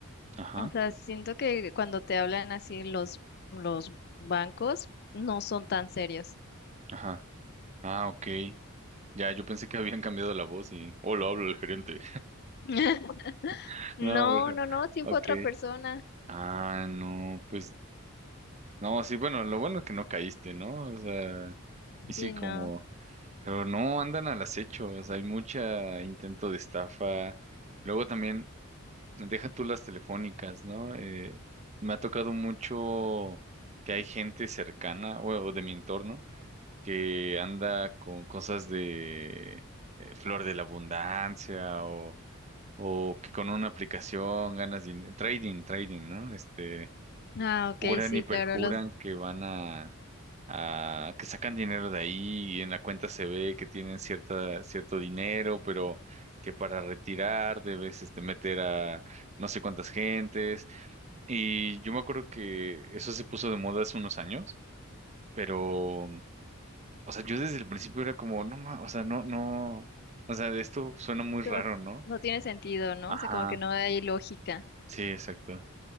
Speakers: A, on the right; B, on the left.
A: Ajá,
B: O sea, siento que cuando te hablan así los, los bancos, no son tan serios.
A: ajá. Ah, ok. Ya, yo pensé que habían cambiado la voz y... Hola, hablo el gerente.
B: <laughs>
A: <laughs>
B: No,
A: No, pero...
B: no, no, sí
A: Ok.
B: fue otra persona.
A: Ah, no, pues... No, sí, bueno, lo bueno es que no caíste, ¿no? O sea, y sí,
B: Sí,
A: como...
B: no.
A: Pero no, andan al acecho, o sea, hay mucha intento de estafa. Luego también... Deja tú las telefónicas, ¿no? Eh, me ha tocado mucho que hay gente cercana o, o de mi entorno que anda con cosas de eh, flor de la abundancia o, o que con una aplicación ganas dinero, trading, trading, ¿no? Este,
B: Ah, ok,
A: juran
B: sí,
A: y perjuran
B: claro, los,
A: que van a, a que sacan dinero de ahí y en la cuenta se ve que tienen cierta, cierto dinero, pero que para retirar debes este, meter a no sé cuántas gentes. Y yo me acuerdo que eso se puso de moda hace unos años, pero, o sea, yo desde el principio era como, no, ma- o sea, no, no, o sea, esto suena muy raro,
B: No,
A: ¿no?
B: no tiene sentido, ¿no?
A: Ajá,
B: O sea, como que no hay lógica.
A: sí, exacto.